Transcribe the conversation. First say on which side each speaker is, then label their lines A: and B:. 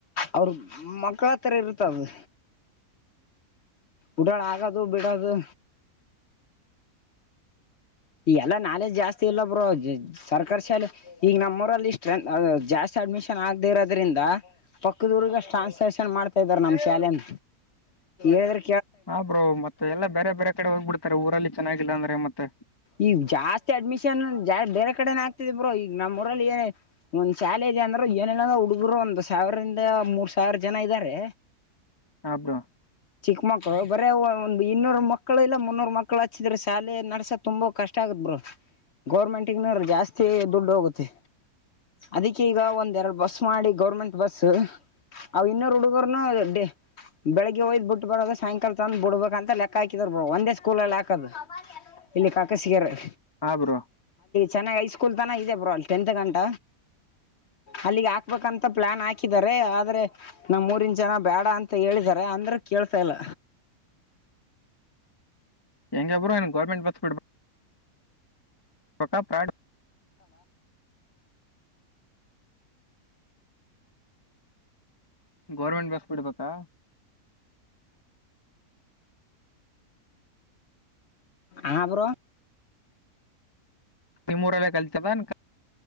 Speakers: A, on the left; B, on the left.
A: ಅವ್ರ್ ಮಕ್ಳತ್ರ ಇರುತ್ತದು ಉಡಾಳ್ ಆಗದು ಬಿಡದು ಈ ಎಲ್ಲಾ ನಾಲೆಜ್ ಜಾಸ್ತಿ ಇಲ್ಲ ಬ್ರೋ ಸರ್ಕಾರ್ ಶಾಲೆ ಈಗ ನಮ್ಮೂರಲ್ಲಿ ಸ್ಟ್ರೆಂತ್ ಆ ಆ ಜಾಸ್ ಅಡ್ಮಿಷನ್ ಆಗ್ದೆ ಇರದ್ರಿಂದ ಪಕ್ಕುದೂರ್ಗ ಸ್ಟ್ರಾಂಗ್ ಸೆಷನ್ ಮಾಡ್ ಇದರ್ ನಮ್ ಶಾಲೆನ್ ಏದ್ರ್
B: ಹಾ ಬ್ರೋ ಮತ್ತೆ ಎಲ್ಲ ಬೇರೆ ಬೇರೆ ಕಡೆ ಹೋಗ್ಬಿಡ್ತಾರೆ ಊರಲ್ಲಿ ಚೆನ್ನಾಗಿಲ್ಲ ಅಂದ್ರೆ ಮತ್ತೆ
A: ಈ ಜಾಸ್ತಿ ಅಡ್ಮಿಷನ್ ಜಾ ಬೇರೆ ಕಡೆನು ಆಗ್ತಿದೆ ಬ್ರೋ ಈಗ ನಮ್ಮ ಊರಲ್ಲಿ ಏ ಒಂದ್ ಶಾಲೆ ಇದೆ ಅಂದ್ರು ಏನಿಲ್ಲ ಹುಡುಗ್ರು ಒಂದ ಸಾವ್ರಿಂದ ಮೂರ್ ಸಾವಿರ ಜನ ಇದ್ದಾರೆ
B: ಹಾ ಬ್ರೋ
A: ಚಿಕ್ಮಕ್ಕಳು ಬರೆ ಓ--ಒಂದ್ ಇನ್ನೂರು ಮಕ್ಕಳು ಇಲ್ಲ ಮುನ್ನೂರು ಮಕ್ಕಳು ಹಚ್ಚಿದ್ರೆ ಶಾಲೆ ನಡ್ಸತ್ ತುಂಬಾ ಕಷ್ಟ ಆಗತ್ ಬ್ರೋ ಗೌರ್ಮೆಂಟಿಂಗ್ನವ್ರಿಗ್ ಜಾಸ್ತಿ ದುಡ್ಡು ಹೋಗುತ್ತೆ ಅದಕ್ಕೆ ಈಗ ಒಂದ್ ಎರಡು ಬಸ್ ಮಾಡಿ ಗೌರ್ಮೆಂಟ್ ಬಸ್ಸ್ ಅವ ಇನ್ನೊರುಡುಗುರ್ನು ಡೇ ಬೆಳಗ್ಗೆ ಹಯಿದ್ ಬುಟ್ಟು ಬರೋದು ಸಾಂಯ್ಕಲ ತಂದ್ ಬುಡ್ಬೇಕ್ ಅಂತ ಲೆಕ್ಕ ಹಾಕಿದ್ರ್ ಬ್ರೋ ಒಂದೇ ಸ್ಕೂಲಲ್ ಹಾಕದು ಇಲ್ಲಿ ಕಾಕ ಸಿಗೇರದ್
B: ಹಾ ಬ್ರೋ
A: ಚೆನ್ನಾಗ್ ಐ ಸ್ಕೂಲ್ ತನ ಇದೆ ಬ್ರೋ ಅಲ್ ಟೆಂತ್ ಗಂಟ ಅಲ್ಲಿಗೆ ಹಾಕ್ಬೇಕಂತ ಪ್ಲಾನ್ ಹಾಕಿದ್ದಾರೆ ಆದ್ರೆ ನಮ್ಮೂರಿನ್ ಜನ ಬ್ಯಾಡ ಅಂತ ಹೇಳಿದ್ದಾರೆ ಅಂದ್ರ ಕೇಳ್ತಾ ಇಲ್ಲ
B: ಹೆಂಗೆ ಬ್ರೋ ಏನು ಗೌರ್ಮೆಂಟ್ ಬಸ್ ಬಿಡ್ಬಕ್ ಬಕ ಪ್ರಾಡ್ ಗೌರ್ಮೆಂಟ್ ಬಸ್ ಬಿಡ್ಬೇಕಾ
A: ಹಾ ಬ್ರೋ
B: ಈ ಮೂರಲ್ಲೇ ಕಲ್ತ್ಕಬಂದ್